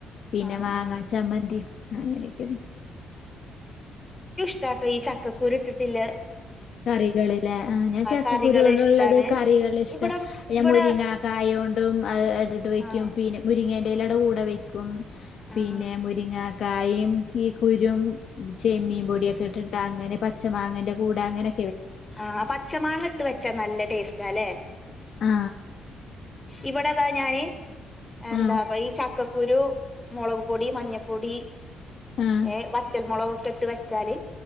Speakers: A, on the left; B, on the left.
A: പിന്നെ
B: ആഹ്
A: മാങ്ങാ
B: ആഹ്
A: ചമ്മന്തി അങ്ങനെയൊക്കെണ്
B: ട്ടോ ഈ ചക്കക്കുരു ഇട്ടിട്ടില്ലെ
A: കറികളില് ലെ ആ ഞാൻ ചക്കക്കുരു
B: കറികള്
A: കൊണ്ടുള്ളത്
B: ഇഷ്ടാണ്
A: കറികൾ ഇഷ്ടം
B: ഇവിടെ
A: ആ ഞാൻ
B: ഇവിടെ
A: മുരിങ്ങ കായ കൊണ്ടും അത് ഇട്ടിട്ട് വെയ്ക്കും
B: ആഹ്
A: പിന്നെ മുരിങ്ങേന്റെലേടെ കൂടെ വെയ് ക്കും പിന്നെ
B: ആഹ്
A: മുരിങ്ങക്കായും ഈ കുരും ചെമ്മീൻ പൊടിയൊക്കെ ഇട്ടിട്ട് അങ്ങനെ പച്ച മാങ്ങന്റെ കൂടെ അങ്ങനെ
B: ആ പച്ച മാങ്ങ ഇട്ട് വെച്ചാ നല്ല ടേസ്റ്റ ല്ലേ
A: ആ
B: ഇവിടെതാ ഞാന് എന്താ
A: ആഹ്
B: ഈ ചക്ക കുരു മൊളക് പൊടി മഞ്ഞപ്പൊടി
A: ആഹ്
B: ഏ വറ്റൽ മൊളകൊക്കെ ഇട്ട് വെച്ചാല്